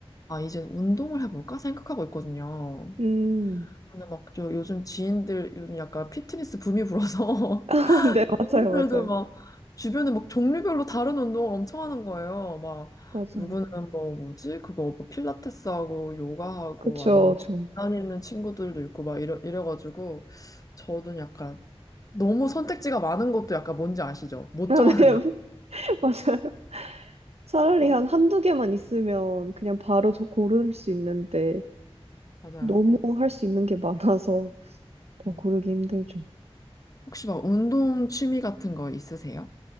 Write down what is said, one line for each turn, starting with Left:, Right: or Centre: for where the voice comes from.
Left: 아, 이제 운동을 해볼까 생각하고 있거든요.
Right: 음.
Left: 근데 막 저 요즘 지인들 요즘 약간 피트니스 붐이 불어서
Right: <laughs>
Left: <laughs>
Right: 네, 맞아요,
Left: 지인들도
Right: 맞아요.
Left: 막 주변에 막 종류별로 다른 운동을 엄청 하는 거예요. 막
Right: 맞아요.
Left: 누구는 뭐 뭐지? 그거 뭐 필라테스 하고 요가 하고
Right: 그쵸,
Left: 아니면 집
Right: 저.
Left: 다니는 친구들도 있고 막 이래, 이래가지고 저도 약간 너무 선택지가 많은 것도 약간 뭔지 아시죠?
Right: <laughs>
Left: 못
Right: 아,
Left: 정하는
Right: 네, <laughs> 맞아요. 차라리
Left: <laughs>
Right: 한 한두 개만 있으면 그냥 바로 저 고를 수 있는데
Left: 아, 맞아요.
Right: 너무 할 수 있는 게 많아서 더
Left: 어.
Right: 고르기 힘들죠.
Left: 혹시 막 운동 취미 같은 거 있으세요?